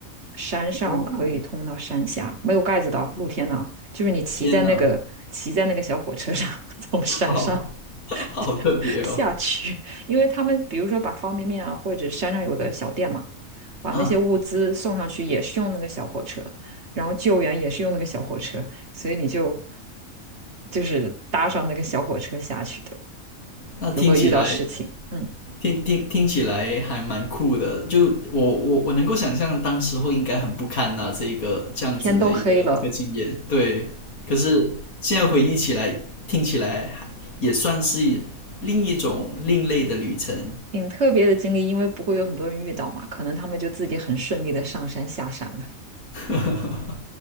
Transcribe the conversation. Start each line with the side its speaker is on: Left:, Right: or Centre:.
Right: 山上可以通到山下，
Left: 哦，
Right: 没有盖子的哦露天的哦就是你骑在那个骑在那个小火车上，
Left: 天呐，
Right: <laughs> 从山上
Left: 好 <laughs> 好特别哦，
Right: <laughs> 下去，因为他们比如说把方便面啊，或者山上有个小店嘛，把那些物资送上去也是用那个小火车，
Left: 嗯，
Right: 然后救援也是用那个小火车，所以你就就是搭上那个小火车下去的，
Left: 那听起来
Right: 如果遇到事情。嗯。
Left: 听听听起来还蛮酷的，就我我我能够想象当时候应该很不堪呐、这个这样子的一个一个经验，
Right: 天都黑了，
Left: 对。可是现在回忆起来，
Right: 对，
Left: 听起来还也算是另一种另类的旅程。
Right: 挺特别的经历，因为不会有很多人遇到嘛，可能他们就自己很顺利的上山下山了。
Left: <laughs>